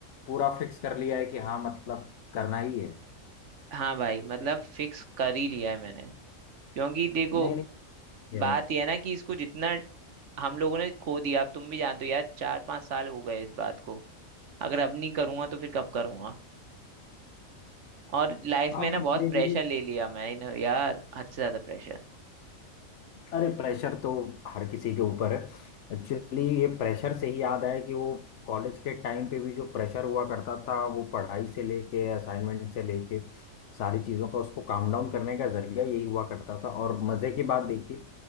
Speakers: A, on the left; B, on the right.
A: पूरा फिक्स कर लिया है कि हाँ मतलब करना ही है
B: हाँ भाई मतलब फिक्स कर ही लिया है मैंने क्योंकि देखो
A: नहीं नहीं है
B: बात यह है ना कि इसको जितना हम लोगों ने खो दिया अब तुम भी जानते हो यार चार पांच साल हो गए इस बात को अगर अब नहीं करूंगा तो फिर कब करूंगा और लाइफ
A: हाँ
B: में ना
A: फिर
B: बहुत
A: धीरे
B: प्रेशर
A: धीरे
B: ले लिया मैं ना यार हद से ज्यादा प्रेशर
A: अरे प्रेशर तो हर किसी के ऊपर है एक्चुअली ये प्रेशर से ही याद आया कि वो कॉलेज के टाइम पे भी जो प्रेशर हुआ करता था वो पढ़ाई से लेके असाइनमेंट से लेके सारी चीज़ों का उसको काम डाउन करने का जरिया यही हुआ करता था और मज़े की बात देखिए